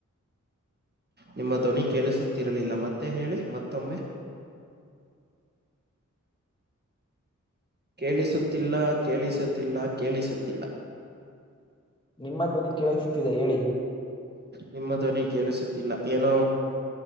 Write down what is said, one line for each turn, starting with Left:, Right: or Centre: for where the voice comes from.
Right: ನಿಮ್ಮ ಧ್ವನಿ ಕೇಳಿಸುತ್ತಿರಲಿಲ್ಲ ಮತ್ತೆ ಹೇಳಿ ಮತ್ತೊಮ್ಮೆ
Left: ಹ
Right: ಕೇಳಿಸುತ್ತಿಲ್ಲ ಕೇಳಿಸುತ್ತಿಲ್ಲ ಕೇಳಿಸುತ್ತಿಲ್ಲ
Left: ನಿಮ್ಮ ಧ್ವನಿ ಕೇಳ್ುತ್ತಿದೆ ಹೇಳಿ
Right: ನಿಮ್ಮ ಧ್ವನಿ ಕೇಳಿಸುತ್ತಿಲ್ಲ ಏನೋ